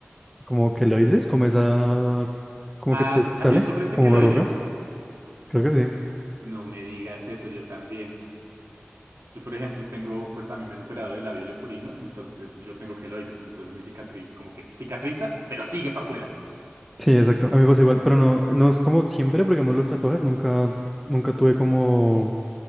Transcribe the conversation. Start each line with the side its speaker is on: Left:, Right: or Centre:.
Centre: como queloides, como esas, como
Right: Ah,
Centre: que te
Right: sí,
Centre: sale,
Right: también sufres
Centre: como
Right: de queloides.
Centre: verrugas, creo que sí.
Right: No me digas eso, yo también. Yo, por ejemplo, tengo, pues a mí me han operado del labio leporino, entonces yo tengo queloides, entonces mi cicatriz como que cicatriza, pero sigue para afuera.
Centre: Sí, exacto, a mí me pasa igual, pero no, no es como siempre, porque digamos los tatuajes nunca, nunca tuve como,